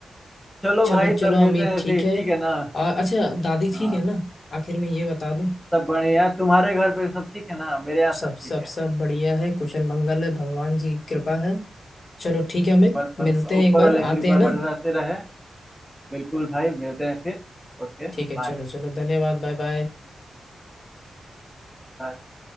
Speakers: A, in the centre; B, on the left.
A: चलो
B: चलो
A: भाई
B: चलो
A: तब मिलते
B: अमित
A: हैं
B: ठीक
A: फिर
B: है
A: ठीक है ना
B: आ, अच्छा दादी
A: हाँ
B: ठीक है ना आखिर में ये बता दूं
A: सब बढ़िया तुम्हारे घर पे सब ठीक है ना मेरे यहाँ
B: सब
A: सब
B: सब
A: ठीक है
B: सब बढ़िया है कुशल मंगल है भगवान जी की कृपा है चलो ठीक है अमित
A: बस बस
B: मिलते हैं
A: ऊपर
B: एक बार
A: वाले
B: आते
A: की कृपा
B: हैं ना
A: बरसाते रहे बिल्कुल भाई मिलते हैं फिर Okay
B: ठीक है
A: bye
B: चलो चलो धन्यवाद बाय बाय
A: बाय